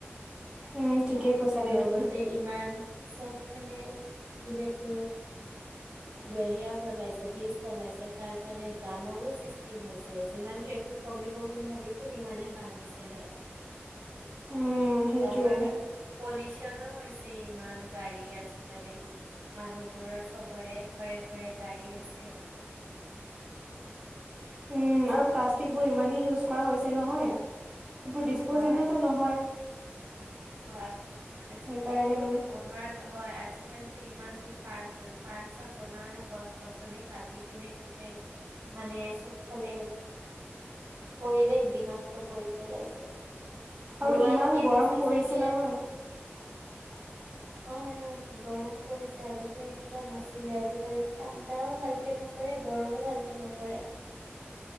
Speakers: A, on the right (about 20°); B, on the right (about 80°).
A: উম ঠিকেই কৈছা দেই
B: লগতে
A: তুমি
B: ইমান চবফালে যিহেতু
A: উ।
B: বে হেয়া বনাইছে ব্ৰীজ বনাইছে তাৰ কাৰণে জামৰো সৃষ্টি হৈছে যিমান ট্ৰেফিক কমিব বুলি ভাবিছো, সিমানেই বাঢ়িছেহে।
A: উম। সেইটোয়ে
B: যাৰ বাবে পলিউশ্যনো হৈছে ইমান গাড়ী আজিকালি। মানুহবোৰৰ চবৰে ঘৰে ঘৰে গাড়ী হৈছে।
A: উম আৰু প্লাষ্টিক বোৰ ইমানেই ইউজ কৰা হৈছে নহয় এইবোৰ ডিচপজিবলটো
B: হয়
A: নহয়।
B: হয় আজি
A: সেইকাৰণে
B: এইবোৰতো
A: মানে
B: বনোৱাৰ হয় আজিকালিতো ইমান বোৰ পাৰ্ক বন পাৰ্ক চাৰ্ক বনোৱা আৰু গছ গছনি কাটি কিনে মানে চব ফলে পৰিৱেশ বিনষ্ট কৰি পেলাইছে
A: আৰু
B: ৰোৱাতকে
A: ইমান গৰম
B: বেছি
A: পৰিছে
B: চাগ এ
A: <inaudible>
B: হয় গৰম পৰিছে আগতে এনেকুৱা নাছিলে আজিকালি ঠাণ্ডাও ভালকে নপ পৰে গৰমো ভালকে নপৰে
A: <inaudible>